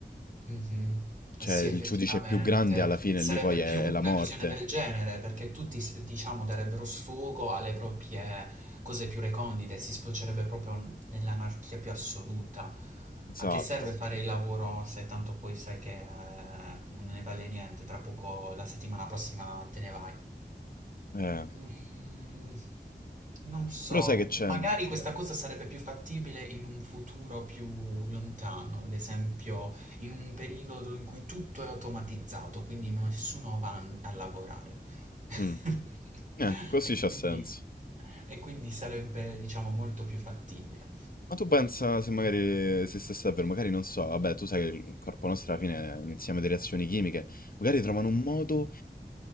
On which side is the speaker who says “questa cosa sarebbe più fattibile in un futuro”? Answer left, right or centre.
Right